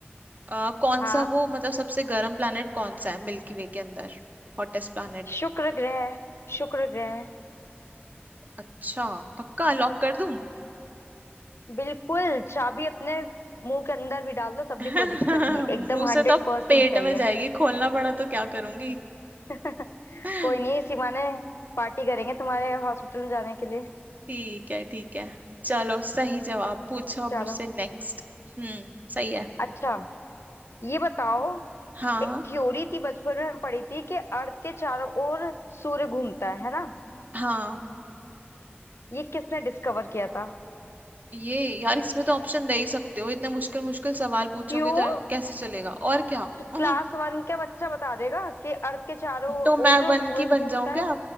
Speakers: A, on the right; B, on the left.
A: अ, कौन
B: हाँ
A: सा वो मतलब सबसे गर्म planet कौन सा है मिल्की वे के अंदर Hottest planet
B: शुक्र ग्रह शुक्र ग्रह
A: अच्छा पक्का लॉक कर दूं
B: बिल्कुल चाबी अपने मुंह के अंदर भी डाल दो सब
A: <laughs>
B: भी कोई दिक्कत नहीं
A: मुंह
B: एकदम
A: से
B: हंड्रेड
A: तो
B: परसेंट
A: पेट
B: सही
A: में
B: है
A: जाएगी खोलना पड़ा तो क्या करूंगी
B: <laughs>
A: <laughs>
B: कोई नहीं इसी बहाने पार्टी करेंगे तुम्हारे हॉस्पिटल में जाने के लिए
A: ठीक है ठीक है चलो सही जवाब पूछो अब
B: चलो
A: मुझसे नेक्स्ट हम्म सही है
B: अच्छा ये बताओ
A: हाँ
B: एक थ्योरी थी बचपन में पढ़ी थी कि अर्थ के चारों ओर सूर्य घूमता है है ना
A: हाँ
B: ये किसने डिस्कवर किया था
A: ये यार इसमें तो ऑप्शन दे ही सकते हो इतने मुश्किल मुश्किल सवाल पूछोगे
B: क्यों
A: तो कैसे चलेगा और क्या
B: क्लास
A: <laughs>
B: वन का बच्चा बता देगा कि अर्थ के चारों
A: तो मैं
B: ओर जो
A: वन
B: सूरज
A: की बन
B: घूमता
A: जाऊं क्या
B: है